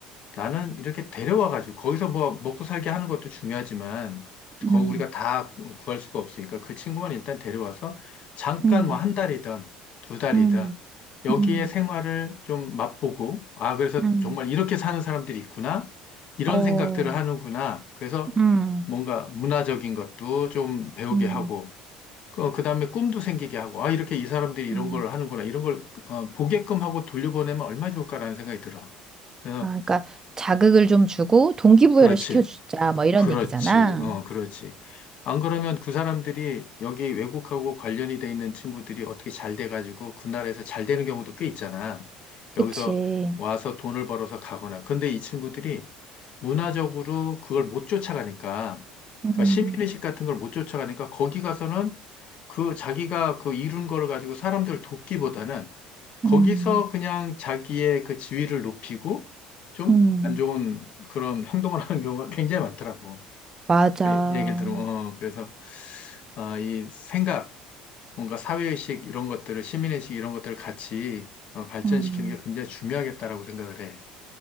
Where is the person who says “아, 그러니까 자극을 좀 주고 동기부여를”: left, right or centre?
Right